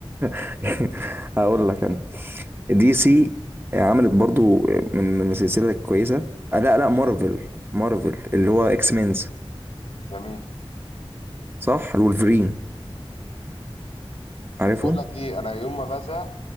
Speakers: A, on the right; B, on the left.
A: <laughs> هقول لك انا دي سي عملت برضو من من سلسلة كويسة آه لا لا مارفل مارفل اللي هو اكس مينز
B: جميل
A: صح الولفرين عارفهم
B: بقول لك ايه انا يوم ما بزهق